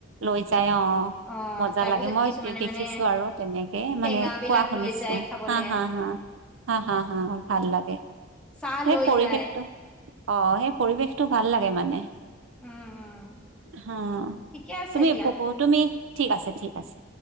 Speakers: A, on the right (about 75°); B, in the centre.
A: লৈ যাই অ।
B: অ',
A: মজা
B: তাৰ
A: লাগে
B: পিছত
A: মই
B: কিছুমানে
A: দেখিছো
B: মানে
A: আৰু তেনেকে
B: টেঙা
A: মানে
B: বিলাক
A: কোৱা শুনিছো
B: লৈ যায় খাবলে।
A: হা হা হা। হ হা হা ভাল লাগে।
B: চাহ
A: সেই
B: লৈ
A: পৰিৱেশটো
B: যায়।
A: অ', সেই পৰিৱেশটো ভাল লাগে মানে।
B: উম, উম,
A: হ',
B: ঠিকে আছে
A: তুমি
B: দিয়া।
A: প', তুমি ঠিক আছে। ঠিক আছে।